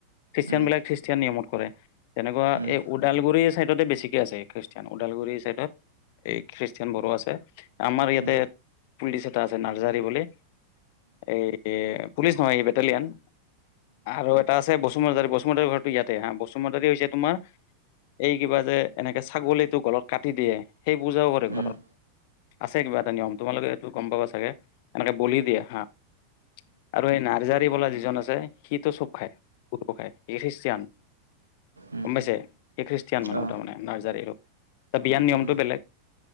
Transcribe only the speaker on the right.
উম
উম
উম উম উম উম উম উম
উম
উম উম উম
অ
উম